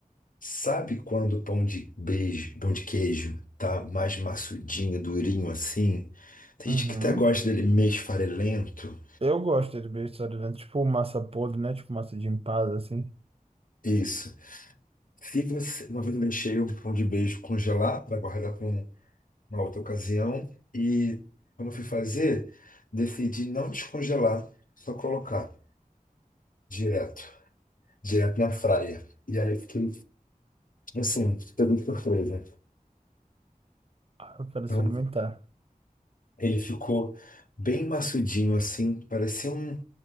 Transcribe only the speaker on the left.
Sabe quando o pão de beijo, pão de queijo tá mais maçudinho, durinho assim? Tem
gente que até gosta dele meio esfarelento.
Isso. Se você, uma vez eu deixei um pão de beijo congelar para guardar para uma outra ocasião e quando eu fui fazer, decidi não descongelar, só colocar direto, direto na fraia. E aí eu fiquei assim, pegou de surpresa.
Então ele ficou bem maçudinho assim, parecia um